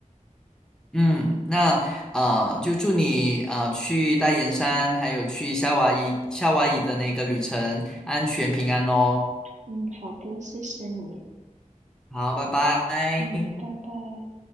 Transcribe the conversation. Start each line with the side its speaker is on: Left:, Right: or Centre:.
Centre: 嗯，那啊、呃就祝你啊、呃去大岩山，还有去夏威夷夏威夷的那个旅程安全平安哦。
Right: 嗯，好的，谢谢你，
Centre: 好，拜拜。
Right: 嗯，拜拜。